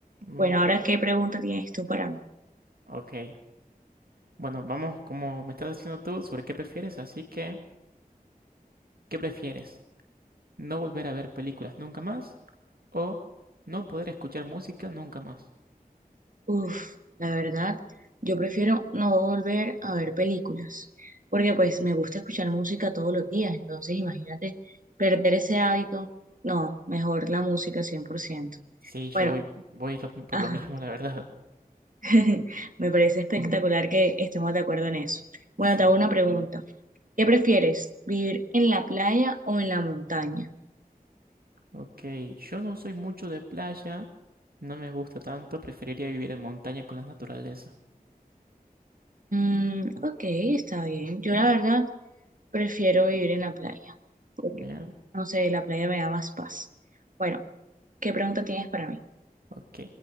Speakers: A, on the right; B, on the right.
A: Mm,
B: Bueno, ahora, ¿qué pregunta tienes tú para mí?
A: ok. Bueno, vamos, como me estás haciendo tú, sobre qué prefieres, así que, ¿qué prefieres? ¿No volver a ver películas nunca más o no poder escuchar música nunca más?
B: Uf, la verdad, yo prefiero no volver a ver películas, porque pues me gusta escuchar música todos los días, entonces imagínate perder ese hábito, no, mejor la música 100%.
A: Sí, yo
B: Bueno,
A: voy, voy lo- por
B: ajá,
A: lo mismo, la verdad. <laughs>
B: <laughs> me parece espectacular que estemos de acuerdo en eso. Bueno,
A: Sí.
B: te hago una pregunta, ¿qué prefieres, vivir en la playa o en la montaña?
A: Ok, yo no soy mucho de playa, no me gusta tanto, preferiría vivir en montaña con la naturaleza.
B: Mm, ok, está bien, yo la verdad prefiero vivir en la playa, porque
A: Bien,
B: no sé, la playa me da más paz. Bueno. ¿Qué pregunta tienes para mí?
A: ok.